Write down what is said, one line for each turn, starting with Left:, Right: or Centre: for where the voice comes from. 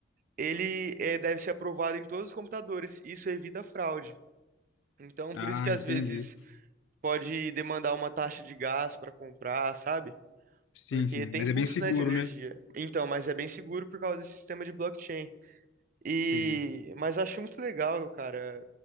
Right: ele eh, deve ser aprovado em todos os computadores. Isso evita fraude. Então, por
Left: Ah,
Right: isso que às
Left: entendi.
Right: vezes pode demandar uma taxa de gás para comprar, sabe?
Left: Sim,
Right: Porque
Left: sim,
Right: tem
Left: mas
Right: custo,
Left: é bem seguro,
Right: né, de energia.
Left: né?
Right: Então, mas é bem seguro por causa desse sistema de blockchain. E,
Left: Sei.
Right: mas eu acho muito legal, cara,